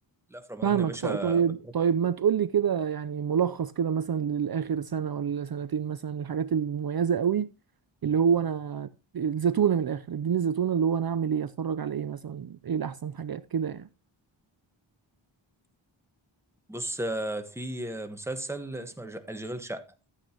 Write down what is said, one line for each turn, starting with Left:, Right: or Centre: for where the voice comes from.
Centre: لا في رمضان
Right: فاهمك
Centre: يا باشا
Right: ط- طيب
Centre: بتفرج.
Right: طيب ما تقولي كده يعني ملخص كده مثلا للآخر سنة ولا سنتين مثلا الحاجات المميزة قوي اللي هو أنا الزتونة من الآخر اديني الزتونة اللي هو أنا أعمل إيه أتفرج على إيه مثلا إيه الأحسن حاجات كده يعني
Centre: بص آه، في آه، مسلسل اسمه الج- الجغل شقه